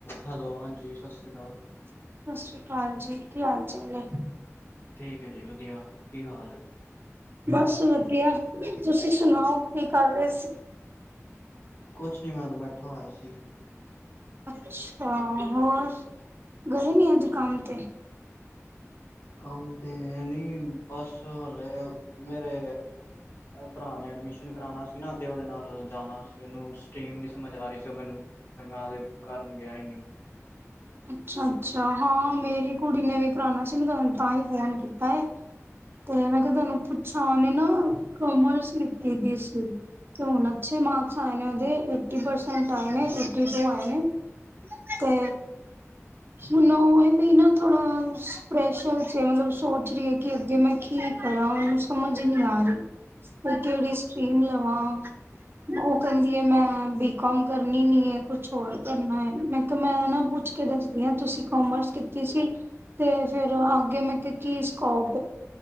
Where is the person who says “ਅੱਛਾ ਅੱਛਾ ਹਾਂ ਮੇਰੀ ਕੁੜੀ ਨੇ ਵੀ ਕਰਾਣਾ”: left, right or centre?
Right